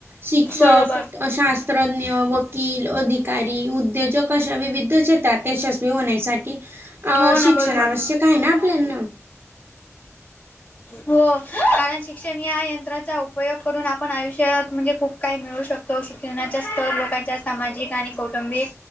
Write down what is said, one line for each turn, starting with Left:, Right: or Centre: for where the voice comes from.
Right: शिक्षक,
Left: बरोबर
Right: शास्त्रज्ञ, व वकील, अधिकारी, उद्योजक अशा विविध क्षेत्रात यशस्वी होण्यासाठी,
Left: हो ना
Right: शिक्षणा
Left: बरोबर
Right: आवश्यक आहे ना आपल्याला.
Left: हो कारण शिक्षण या यंत्राचा उपयोग करून आपण आयुष्यात म्हणजे खूप. काही मिळू शकतो शिक्षणाच्या स्तर लोकांच्या सामाजिक आणि कौटुंबिक.